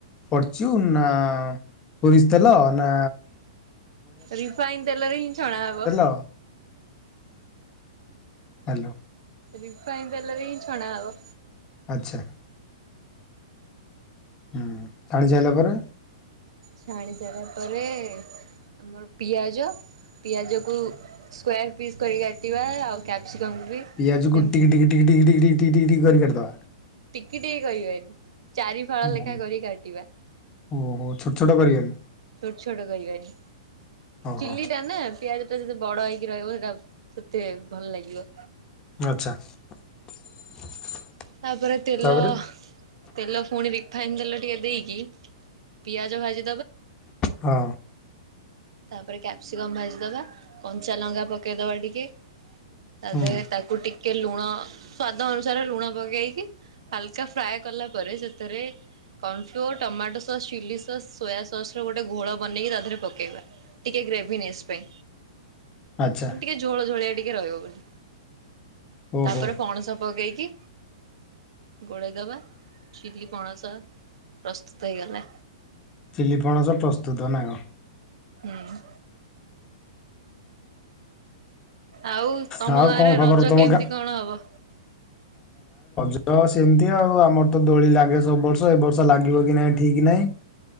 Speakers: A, on the left; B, on the right.
A: ଫର୍ଚୁ ନା ସୋରିଷ ଦେଲ ନା
B: ରିଫାଇନ ତେଲରେ ହିଁ ଛଣା ହବ।
A: ହ ହାଲୋ
B: ରିଫାଇ ଦେଲରେ ହିଁ ଛଣା ହବ।
A: ଆଚ୍ଛା ହ ଜାଣିଛାରିଲା ପରେ
B: ଛାଣି ସାରିଲା ପରେ ଆମର ପିଆଜ ପିଆଜକୁ ସ୍କ୍ଵୟାର ପିସ୍ କର କାଟିବା ଆଉ। କ୍ୟାପ୍ସିକମ୍ ବି
A: ପିଆଜ
B: ସେମିତି
A: କୁଟି କରି କରି କରତା
B: ଟିକି ଟିକ କିବେନି ଚାରି ଫାଳ
A: ଓହୋ
B: ଲେଖା କରି କାଟିବା
A: ଓହୋ ଛୋଟ ଛୋଟ କରିବନି
B: ଛୋଟ ଛୋଟ କହିବନି
A: ଓହୋ
B: ଚିଲ୍ଲି ଟା ନା ପିଆଜ ଟା ଯଦି ବଡ ହେଇ ରହିବ ସେଇଟା ତତେ ଭଲ ଲାଗିବ।
A: ଆଚ୍ଛା <inaudible>
B: ତାପରେ ତେଲ
A: ତାପରେ
B: ତେଲ ପୁଣି ରିଫାଇନ ତେଲ ଟିକେ, ଦେଇକି ପିଆଜ ଭାଜି,
A: ହଁ,
B: ତାପରେ କ୍ୟାପ୍ସିକମ୍ ଭାଜିଦବା କଞ୍ଚା ଲଙ୍କା ପକେଇଦବା ଟିକେ, ତାପରେ
A: ହୁଁ
B: ତାକୁଟିିକେ କେ ଲୁଣ ସ୍ୱାଦ ଅନୁସାରେ ଲୁଣ ପକେଇ ଦେଇକି ହାଲକା ଫ୍ରାଏ କଲାପରେ ସେଥେର କନଫ୍ଲୋର ଟମାଟୋସସ ଚିଲିସସ ସୋୟାସସ ର ଗୋଟେ ଗୋଳ ବନେଇକି ତା ଦେହରେ ଟିକେ ପକେଇବା ଟିକେ ଗ୍ରେଭିନେସ ପାଇଁ।
A: ଆଚ୍ଛା
B: ଟିକେଝଳ ଝୋଳିଆ ଟିକେ, ରହିବ ବୋଲି।
A: ଓହୋ
B: ତାପରେ ପଣସ ପକେଇକି ଗୋଳେଇ ଦବା ଚିଲି ପଣସ ପ୍ରସ୍ତୁତ ହେଇଗଲା।
A: ଚିଲିପଣସ ପ୍ରସ୍ତୁତ ନା କ'ଣ?
B: ହୁଁ ଆଉ ତମ
A: ଆଉ
B: ଗାଁରେ
A: କଣ ଖବର
B: ରଜ
A: ତମ
B: କେମିତି
A: ଗାଁ
B: କଣ ହବ।
A: ତ ସେମିତି ଆଉ ଆମର ତ ଦୋଳି ଲାଗେ ସବୁ ବର୍ଷ ଏ ବର୍ଷ ଲାଗିବ କି ନାହିଁ ଠିକ ନାହିଁ